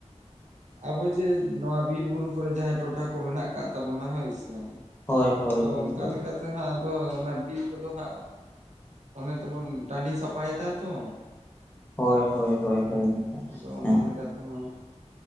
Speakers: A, on the right; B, on the left.
A: ᱟᱵᱚ ᱡᱮ ᱱᱚᱣᱟ ᱵᱤᱨ ᱵᱩᱨᱩ ᱠᱚᱨᱮ ᱡᱟᱦᱟᱸ ᱴᱚᱴᱷᱟ ᱠᱚ ᱢᱮᱱᱟᱜ ᱠᱟᱫ ᱛᱟᱵᱚᱱᱟ ᱦᱳᱭ ᱥᱮ
B: ᱦᱳᱭ ᱦᱳᱭ
A: ᱟᱫᱚ
B: ᱦᱳᱭ
A: ᱚᱱᱠᱟ
B: ᱦᱳᱭ
A: ᱞᱮᱠᱟ ᱛᱮ ᱦᱚᱸ ᱟᱫᱚ ᱚᱱᱟ ᱵᱤᱨ ᱠᱚᱫᱚ ᱦᱟᱸᱜ ᱚᱱᱮ ᱛᱚᱵᱚᱱ ᱴᱟᱺᱰᱤ ᱥᱟᱯᱷᱟᱭ ᱫᱟ ᱛᱚ
B: ᱦᱳᱭ ᱦᱳᱭ ᱦᱳᱭ ᱦᱳᱭ
A: ᱟᱫᱚ ᱚᱱᱟ
B: ᱦᱮᱸ
A: ᱞᱮᱠᱟ ᱛᱮᱦᱚᱸ